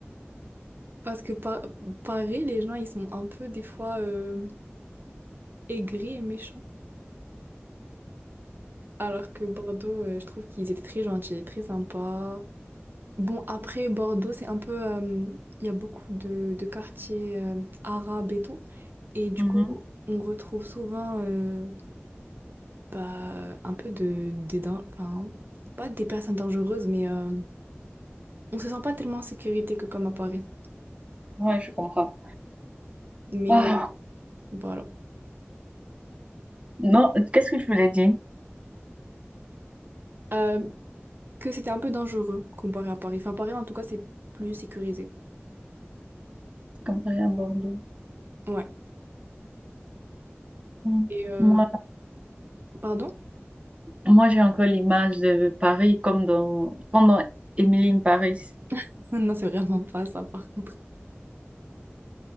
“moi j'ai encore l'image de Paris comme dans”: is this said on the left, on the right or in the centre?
Right